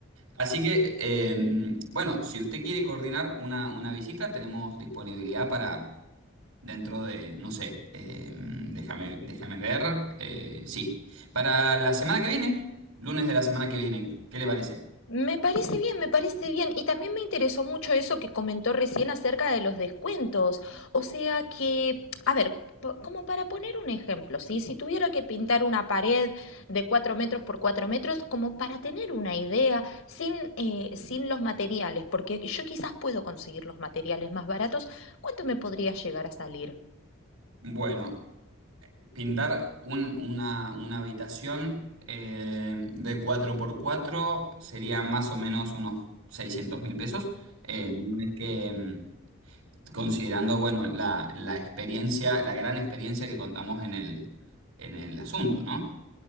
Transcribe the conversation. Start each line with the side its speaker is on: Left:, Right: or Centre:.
Right: Así que, eh, bueno, si usted quiere coordinar una, una visita, tenemos disponibilidad para dentro de, no sé, eh, déjame, déjame ver. eh, sí, para la semana que viene, lunes de la semana que viene, ¿qué le parece?
Left: Me parece bien, me parece bien. Y también me interesó mucho eso que comentó recién acerca de los descuentos. O sea que, a ver, po- como para poner un ejemplo, ¿sí? Si tuviera que pintar una pared de 4 metros por 4 metros, como para tener una idea, sin, eh, sin los materiales, porque yo quizás puedo conseguir los materiales más baratos, ¿cuánto me podría llegar a salir?
Right: Bueno, pintar un- una, una habitación eh, de cuatro por cuatro sería más o menos unos seiscientos mil pesos. Eh, no es que, mm, considerando, bueno, la, la experiencia, la gran experiencia que contamos en el, en el asunto, ¿no?